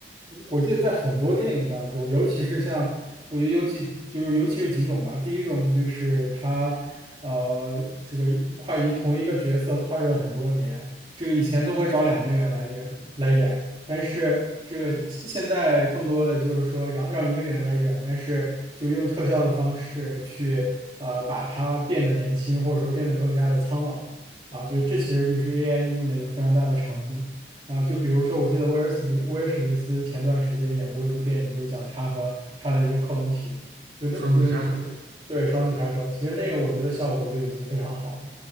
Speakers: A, on the right; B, on the right.
A: 我记得在很多电影当中，尤其是像我觉得尤其就是尤其是几种吧。第一种就是他呃这个跨一同一个角色跨越了很多年，这个以前都会找两个演员来演来演。但是这个现现在更多的就是说让让一个人来远，但是就用特效的方式去呃把它变得年轻，或者说变得更加的苍老啊，就这其实就是 AI 应用的一个非常大的场景。然后就比如说，我记得威尔史密威尔史密斯前段时间演过一部电影，就是讲他和他的一个克隆体，就的就是就是对双子杀手，
B: 双子杀手
A: 其实那个我觉得效果就已经非常好了。